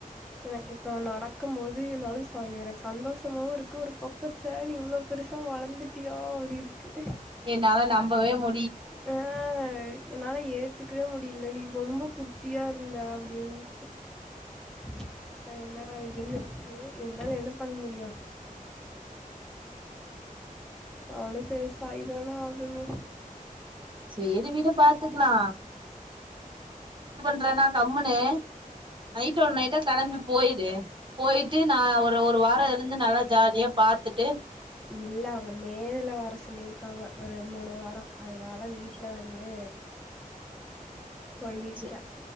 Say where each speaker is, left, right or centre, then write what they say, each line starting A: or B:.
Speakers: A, in the centre; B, on the right.
A: எனக்கு இப்போஅவெ நடக்கம் போது என்னாலய் ச எனக்கு சந்தோஷமாவு இருக்கு ஒரு பக்க ச்ச நீ இவ்ளோ பெருசா வளந்துட்டியா அப்டி இருக்கு
B: என்னால நம்பவே மு
A: ஆ என்னால ஏத்துக்கவே முடியல நீ ரொம்ப குட் ட்டியா இருந்த அப்டி இருந்துச்சு ச் ச என்னடா இதுன்னு இருக்கு இருந்தாலு என்ன பண்ண முடியு அவனு பெருசாய் தான ஆகணு
B: சேரி விடு பாத்துக்கலா க்றானா கம்முனு நைட்டோட நைட்டா கெளம்பி போய்டு போயிட்டு நா ஒரு ஒரு வார <unintelligible> இருந்து நல்லா ஜாலியா பாத் துட்டு
A: இல்ல அவங்க மேல வர சொல்லிருக்காங்க ஒரு மூணு வாரோ அதனால வீட்ல வந்து சொல்லிருக்கே
B: சே